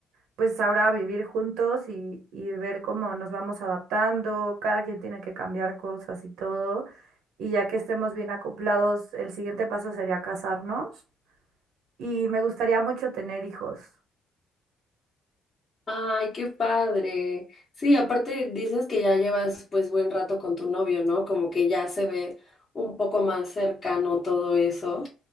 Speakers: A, on the right; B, on the left.
A: pues ahora vivir juntos y, y ver cómo nos vamos adaptando, cada quien tiene que cambiar cosas y todo, y ya que estemos bien acoplados, el siguiente paso sería casarnos. y me gustaría mucho tener hijos.
B: Ay, qué padre. Sí, aparte dices que ya llevas pues buen rato con tu novio, ¿no? Como que ya se ve un poco más cercano todo eso.